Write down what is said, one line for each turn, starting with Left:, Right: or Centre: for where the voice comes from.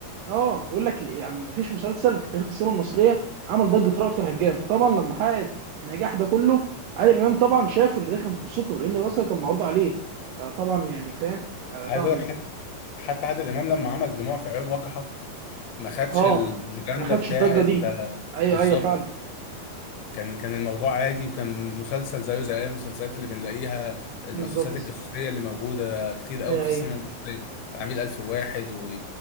Right: اه بقول لك يعني ما فيش مسلسل في تاريخ السينما المصريه عمل ضجه رأفت الهجان فطبعا لما حقق النجاح ده كله عادل امام طبعا شافه اللي ده كان فرصته لان اصلا كان معروض عليه آه طبعا يعني فاهم آه ضاع
Left: عايز
Right: منه
Left: اقول لك حتى حتى عادل امام لما عمل دموع في عيون وقحة ما خدش
Right: اه
Left: البروباجندا
Right: ما خدش
Left: بتاعت
Right: الضجه دي
Left: آه،
Right: ايوه
Left: بالظبط
Right: ايوه فعلا
Left: كان كان الموضوع عادي وكان المسلسل زيه زي اي المسلسلات اللي بنلاقيها المسلسلات
Right: بالظبط
Left: الجاسوسيه اللي موجوده كتير قوي
Right: ايوه
Left: في
Right: ايوه
Left: السينما المصريه عميل الف واحد و...